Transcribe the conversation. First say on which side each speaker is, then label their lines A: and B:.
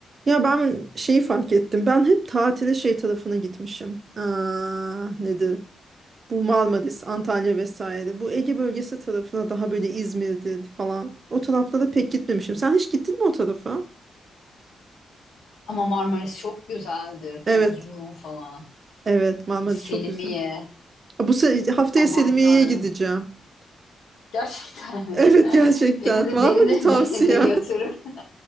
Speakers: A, on the right; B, on the left.
A: Ya ben şeyi fark ettim. Ben hep tatile şey tarafına gitmişim. Aa, nedir? Bu Marmaris, Antalya vesaire. Bu Ege bölgesi tarafına daha böyle İzmir'dir falan. O taraflara pek gitmemişim. Sen hiç gittin mi o tarafa?
B: Ama Marmaris çok güzeldir.
A: Evet.
B: Bozburun falan.
A: Evet, Marmaris
B: Selimiye.
A: çok güzel. Bu se- haftaya
B: Aman
A: Selimiye'ye
B: Tanrım.
A: gideceğim. <laughs>
B: Gerçekten mi?
A: Evet
B: <laughs>
A: gerçekten.
B: Beni de
A: Var
B: beni
A: mı
B: de
A: bir tavsiye?
B: <laughs> beni de götürün. <laughs>